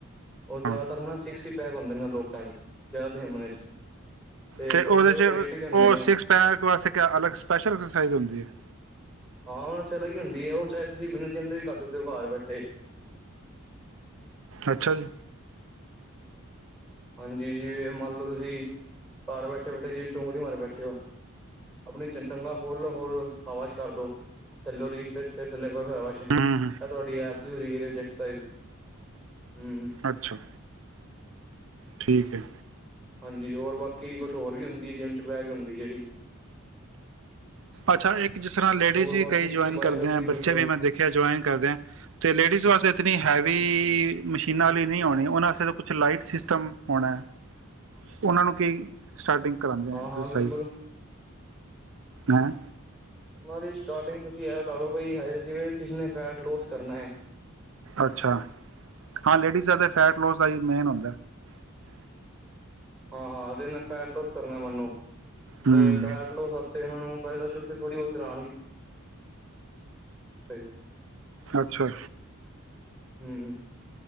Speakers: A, in the centre; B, on the right (about 60°).
A: ਉਹ ਜ਼ਿਆਦਾਤਰ
B: ਹਾਂ
A: ਨਾ ਸਿਕਸ ਪੈਕ ਹੁੰਦੇ ਨੇ ਲੋਕਾਂ ਚ। ਗਿਆ ਤੁ ਹਮਨ ਚ <inaudible>
B: ਤੇ
A: ਕੁਛ
B: ਉਹਦੇ
A: ਦੇ
B: ਚ
A: ਏਟ ਵੀ ਹੁੰਦੇ
B: ਉਹ,
A: ਨੇ
B: ਸਿੱਕਸ ਪੈਕ ਵਾਸਤੇ ਅਲੱਗ ਸਪੈਸ਼ਲ ਸਰਸਾਈਜ਼ ਹੁੰਦੀ ਹੈ।
A: ਹਾਂ ਉਹਨਾਂ ਸਲਾ ਹੀ ਹੁੰਦੀ ਹੈ, ਉਹ ਸ਼ਾਇਦ ਤੁਸੀਂ ਬਿਨਾਂ ਚਿੰਹਤ ਵੀ ਕਰ ਸਕਦੇ ਹੋ ਘਰ ਬੈਠੇ
B: ਅੱਛਾ ਜੀ।
A: ਹਾਂਜੀ, ਜੀਵੇ ਮੰਨ ਲਓ ਤੁਸੀਂ ਘਰ ਬੈਠੇ -ਬੈਠੇ ਜਿਵੇ, ਚੁੰਕੜੀ ਮਾਰੇ ਬੈਠੇ ਓ। ਆਪਣੀ ਚਨ ਡੰਗਾ ਖੋਲ ਹੋਰ, ਆਵਾਜ਼ ਕਰ ਦੋ ਥੱਲੋ ਦੀ ਫਿਰ ਿਰ ਥੱਲੇ ਰਾਵਾ ਚ
B: ਹੂੰ
A: ਤੁਹਾਡੀ ਐ <inaudible> ਹੋ ਗਏ ਚ <inaudible> ਹਮ
B: ਅੱਛਾ ਠੀਕ ਹੈ।
A: ਹਾਂਜੀ, ਹੋਰ ਬਾਕੀ ਕੁਛ ਹੋਰ ਵੀ ਹੁੰਦੀ ਹੈ, ਜਿੰਮ ਚ ਬਹਿ ਕੇ ਹੁੰਦੀ ਜਿਹੜੀ।
B: ਅੱਛਾ ਇੱਕ ਜਿਸ ਤਰ੍ਹਾਂ ਲੇਡੀਜ਼
A: ਹੋਰ
B: ਵੀ
A: ਬਾਕੀ
B: ਕਈ
A: ਤੁਸੀਂ
B: ਜਆਇਨ
A: ਬਾਏਸੈਪ
B: ਕਰਦੇ ਆ,
A: ਦੀ ਪੁੱਛ
B: ਬੱਚੇ
A: ਲਓ
B: ਵੀ ਮੈਂ ਦੇਖਿਆ ਜੁਆਇਨ ਕਰਦੇ ਆ, ਤੇ ਲੇਡੀਜ਼ ਵਾਸਤੇ ਇਤਨੀ ਹੈਵੀ ਮਸ਼ੀਨਾਂ ਲਈ ਨ ਆਉਣੀ ਉਹ ਕੁਛ ਲਾਈਟ ਸਿਸਟਮ ਹੋਣੈ, ਉਹਨਾਂ ਨੂੰ ਕੀ ਸਟਾਰਟਿੰਗ ਕਰਾਂਦੇ
A: ਹਾਂ-ਹਾਂ
B: ਆ ਐਕਸਰਸਾਈਜ਼
A: ਬਿਲਕੁਲ
B: ਹੈਂ?
A: ਉਹਨਾਂ ਦੀ ਸਟਾਰਟਿੰਗ ਤੁਸੀਂ ਇਹ ਲਾ ਲੋ ਬ ਹ, ਜਿਵੇਂ ਕਿਸੇ ਨੇ ਫੈਟ ਲੋਸ ਕਰਨਾ ਹੈ।
B: ਅੱਛਾ, ਹਾਂ ਲੇਡੀਜ਼ ਤੇ ਫੈਟ ਕਲੋਜ਼ ਦਾ ਹੀ ਮੇਨ ਹੁੰਦਾ <inaudible>
A: ਹਾਂ, ਹਾਂ ਤੇ ਮ ਫੈਟ ਲੋਸ ਕਰਨਾ ਮੈਨੂੰ?
B: ਹੂੰ
A: ਤੇ ਫੈਟਲਸ ਉੱਥੇ ਉਹਨਾਂ ਨੂੰ ਹਿ ਸ਼ੁਰੂ ਥੋੜ੍ਹੀ ਬਹੁਤਾਗੇ <inaudible>
B: ਅੱਛਾ।
A: ਹਮ।